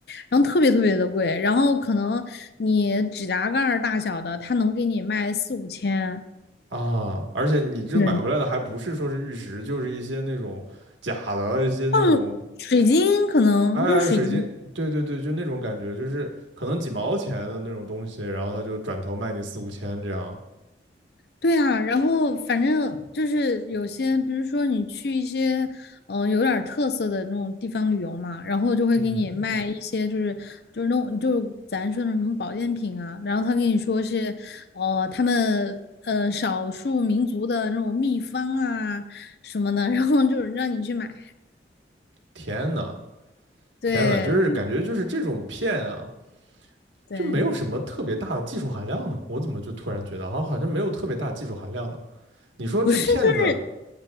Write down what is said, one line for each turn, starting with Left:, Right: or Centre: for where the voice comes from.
Left: 然后特别特别的贵，然后可能你指甲盖儿大小的，它能给你卖四五千。
Right: 啊，而且你这买回来的还不是说是玉石，
Left: 对，
Right: 就是一些那种假的一些那种
Left: 嗯，水晶可能就是水晶，
Right: 哎哎，水晶，对对对，就那种感觉，就是可能几毛钱的那种东西，然后他就转头卖你四五千这样。
Left: 对啊，然后反正就是有些，比如说你去一些嗯、呃有点儿特色的那种地方旅游嘛，然后就会给你卖一些就是就是那种就是咱说的什么保健品啊，
Right: 嗯，
Left: 然后他跟你说是呃他们呃少数民族的那种秘方啊什么的，然后就是让你去买，
Right: 天呐，
Left: 对，
Right: 天呐，就是感觉就是这种骗啊，
Left: 就对。
Right: 就没有什么特别大的技术含量呢。我怎么就突然觉得好，好像没有特别大技术含量呢？你说这骗子，
Left: 不是，就是